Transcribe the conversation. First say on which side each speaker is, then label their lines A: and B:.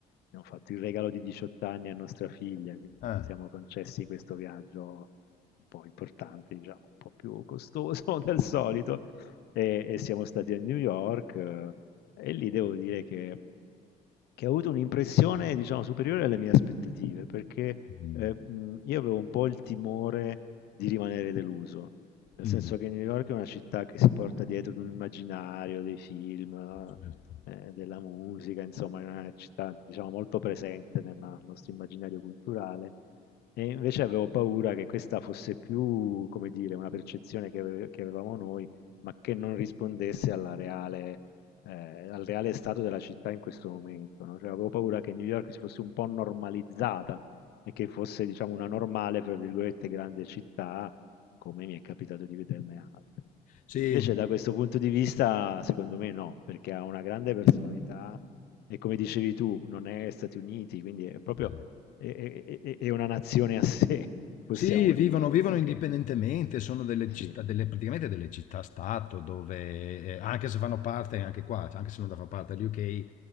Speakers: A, on the left; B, on the left.
A: abbiamo fatto il regalo di 18 anni a nostra figlia, quindi
B: Eh.
A: ci siamo concessi questo viaggio un po' importante, diciamo, un po' più costoso <laughs> del solito, e, e siamo stati a New York, eh, e lì devo dire che che ha avuto un'impressione, diciamo, superiore alle mie aspettative, perché
B: Mm.
A: eh, mh, io avevo un po' il timore di rimanere deluso, nel
B: Mm.
A: senso che New York è una città che si porta dietro di un immaginario, dei film,
B: Certo.
A: eh, della musica, insomma, è una città, diciamo, molto presente nel nostro immaginario culturale e invece avevo paura che questa fosse più, come dire, una percezione che, ave- che avevamo noi, ma che non rispondesse alla reale, eh, al reale stato della città in questo momento, no? Cioè, avevo paura che New York si fosse un po' normalizzata e che fosse, diciamo, una normale, fra virgolette, grande città, come mi è capitato di vederne altre.
B: Sì,
A: Invece, da questo punto di vista, secondo me no, perché ha una grande personalità e, come dicevi tu, non è Stati Uniti, quindi è proprio
B: Eh.
A: è è è è una nazione a sé, <laughs> possiamo
B: Sì, vivono
A: dire,
B: vivono
A: perché
B: indipendentemente, sono delle
A: sì,
B: città delle praticamente delle città-stato dove, ehm, anche se fanno parte anche qua, anche se non da fa parte dell'UK,